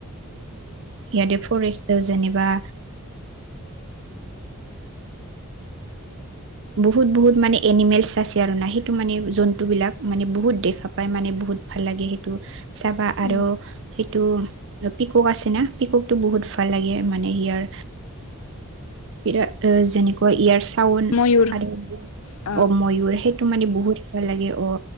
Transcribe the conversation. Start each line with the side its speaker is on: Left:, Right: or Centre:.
Right: ইয়তে ফৰেষ্ট যেনবা বহুত বহুত মানে এনিমেলছ আছে আৰু নাহি সেইটো মানে জন্তু বিলাক মানে বহুত দেখা পায় মানে বহুত ভাল লাগে সেইটো চাবা আৰু
Left: উম।
Right: সেইটো পিকক আছে না পিককতটো বহুত ন লাগে মানে ইয়াৰ বিৰা যেনেকুৱা ইয়াৰ চাউড
Left: ময়ুৰ
Right: আৰু অহ
Left: অ',
Right: ময়ূৰ সেই টো মানে বহুত ভাল লাগে অ